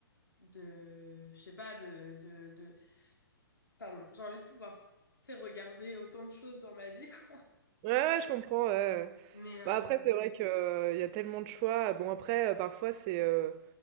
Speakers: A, on the left; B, on the right.
A: de, je sais pas, de, de, de, pardon, j'ai envie de pouvoir, tu sais, regarder autant de choses dans ma vie, <laughs> quoi.
B: Ouais, ouais, je comprends, ouais, ouais.
A: Mais euh,
B: Bah, après, c'est vrai qu'il y a tellement de choix. Bon après, heu, parfois c'est, heu,